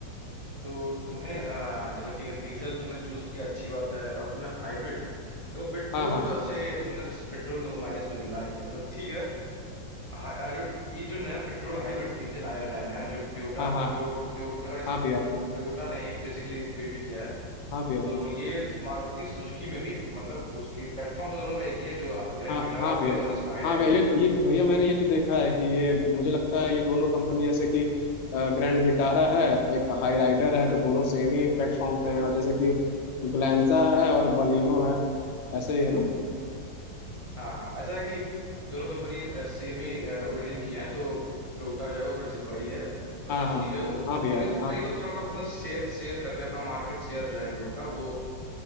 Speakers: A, on the right; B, on the left.
A: तो तुम्हें अ, देखो ठीक है डीजल तुमने चूज किया अच्छी बात है और तुम्हें हाइब्रिड देखो पेट्रोल
B: हाँ हाँ
A: में तो सही है तुमने पेट्रोल में देखो माइलेज तो मिलना नहीं है तो ठीक है हा- आ, जो ये जो नया पेट्रोल हाइब्रिड इंजन आया है नया नया जो टोयोटा
B: हाँ हाँ
A: जो टोयोटा का इस-
B: हाँ भैया
A: जो टोयोटा ने बेसिकली बिल्ड किया है
B: हाँ भैया
A: तो ये मारुति सुजुकी में भी मतलब उसकी प्लेटफॉर्म तो दोनों का एक ही है जो ग्रैंड
B: हाँ
A: विटारा
B: हाँ
A: हो
B: भैया
A: गई और इसका हाई
B: हाँ भैया ये ये भैया मैंने ये तो देखा है कि ये मुझे लगता है ये दोनों कंपनी जैसे कि ग्रैंड विटारा है एक हाई राइडर है तो दोनों सेम ही प्लेटफॉर्म पे हैं और जैसे कि ग्लैंजा है और बलिनो है ऐसे ही है ना
A: हाँ ऐसा है कि दोनों कंपनी सेम ही ओरिजिन की हैं तो टोयोटा जो है वो थोड़ी सी बड़ी है और
B: हाँ
A: सुजुकी
B: हाँ
A: जो है वो
B: हाँ भैया
A: तो ये,
B: हाँ
A: तो ये लोग थोड़ा सा अपना शेयर शेयर करते हैं अपना मार्केट शेयर जो है इन लोग का वो